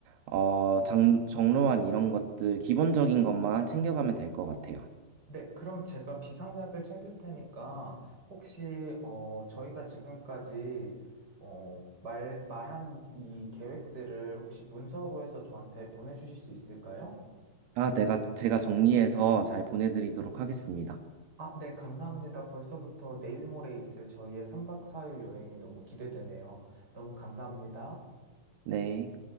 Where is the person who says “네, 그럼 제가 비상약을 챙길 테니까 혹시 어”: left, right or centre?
Right